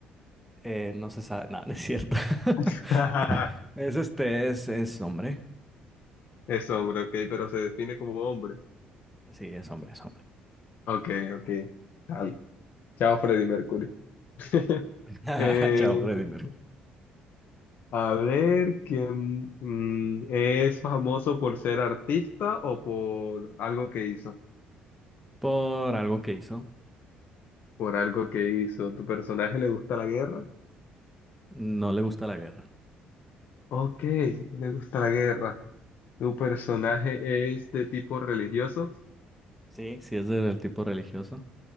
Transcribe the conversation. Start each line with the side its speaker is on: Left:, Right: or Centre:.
Centre: Eh, no se sabe. No, no es cierto. <laughs>
Left: <laughs>
Centre: Es este, es, es hombre.
Left: Es hombre, ok, pero se define como hombre.
Centre: Sí, es hombre, es hombre.
Left: Ok, ok. Chao, Chao, Freddie Mercury. <laughs>
Centre: <laughs>
Left: Eh,
Centre: Chao, Freddy Mercury.
Left: a ver, ¿quién mm, es famoso por ser artista o por algo que hizo?
Centre: Por algo que hizo.
Left: Por algo que hizo. ¿Tu personaje le gusta la guerra?
Centre: No le gusta la guerra.
Left: Ok, no le gusta la guerra. ¿Tu personaje es de tipo religioso?
Centre: Sí, sí es del tipo religioso.